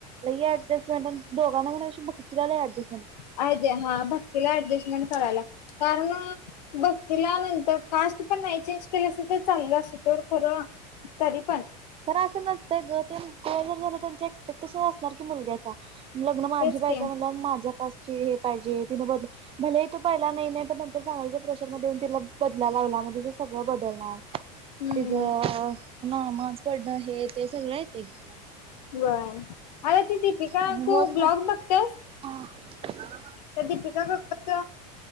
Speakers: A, on the right; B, on the left.
A: लई अडजस्टमंट दोघांना मग असे लय अजेस्टमेंट
B: आहे ते भक्तीला ऍडजस्टमेंट कराय लागते कारण भक्तीला नंतर कास्ट पण नाही चेंज केलं असत तर चाललं अस तो खरं तरी पण
A: तर असं नसतं ग जर झालं त्यांचे एक्सपेक्टेशन असणार की मुलग्याचा लग्न माझी
B: तेच
A: बायको
B: की
A: म्हणल्यावर माझ्या कास्टचे हे पाहिजे की बाबा भला हे तो पहिला नाही पण नंतर सांगायच प्रेशरमध्येध येऊन तिला बदलायला लावणार मग तिचं सगळं बदलणार
B: हम्म
A: तिचं माांस पडणं हे ते सगळं येतं त्यांच्यात
B: बर अरे ती दीपिका
A: आणि
B: तू
A: होत
B: ब्लॉग
A: नाही.
B: बघतेस.
A: हा
B: तर दीपिका कक्कड